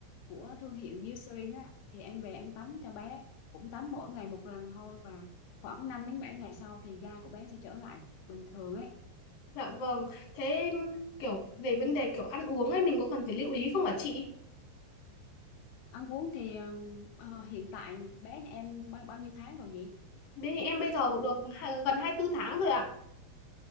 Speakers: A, on the left; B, on the left.
A: của thương hiệu Eucerin á thì em về em tắm cho bé cũng tắm mỗi ngày một lần thôi và khoảng 5 đến 7 ngày sau thì da của bé sẽ trở lại bình thường ấy
B: Dạ vâng, thế kiểu về vấn đề kiểu ăn uống ấy mình có cần phải lưu ý không hả chị?
A: ăn uống thì ờ, ờ, hiện tại bé nhà em bao, bao nhiêu tháng rồi nhỉ
B: Bên nhà em bây giờ cũng được hai- gần 24 tháng rồi ạ.